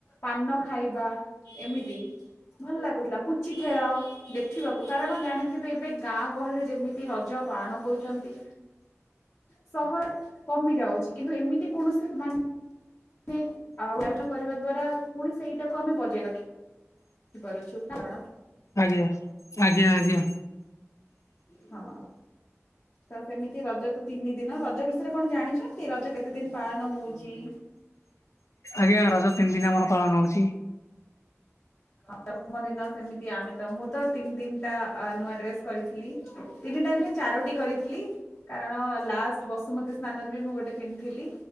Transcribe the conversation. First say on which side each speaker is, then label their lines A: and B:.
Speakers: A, on the left (about 55°); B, on the left (about 75°).
A: ପାନ ଖାଇବା ଏମିତି ଭଲ ଲାଗୁଥିଲା ପୁଚି ଖେଳ ଦେଖିବାକୁ କାରଣ ଜାଣିଥିବେ ଏବେ ଗାଁ ଗହଳିରେ ଯେମିତି ରଜ ପାଳନ କରୁଛନ୍ତି। ସହର କମି ଯାଉଛି କିନ୍ତୁ ଏମିତି କୌଣସି ମାନେ ମାନେ ଆୟୋଜ କରିବା ଦ୍ଵାରା ପୁଣି ସେଇଟାକୁ ଆମେ ବଜେଇ ରଖି ପାରୁଛୁ କାରଣ
B: ଆଜ୍ଞା ଆଜ୍ଞା ଆଜ୍ଞା।
A: ହଁ। ତ ସେମିତି ରଜ ତ ତିନି ଦିନ ରଜ ବିଷୟରେ କଣ ଜାଣିଛନ୍ତି ରଜ କେତେ ଦିନ ପାଳନ ହଉଛି।
B: ଆଜ୍ଞା ରଜ ତିନି ଦିନ ଆମର ପାଳନ ହଉଛି।
A: ହଁ ପ୍ରଥମ ଦିନ ସେମିତି ଆମେ ତ ମୁଁ ତ ତିନି ତିନିଟା ନୂଆ ଡ୍ରେସ କରିଥିଲି। ତିନିଟା ନୁହେଁ ଚାରଟି କରିଥିଲି। କାରଣ ଲାଷ୍ଟ ବସୁମତୀ ସ୍ନାନରେ ବି ମୁଁ ଗୋଟେ ପିନ୍ଧିଥିଲି।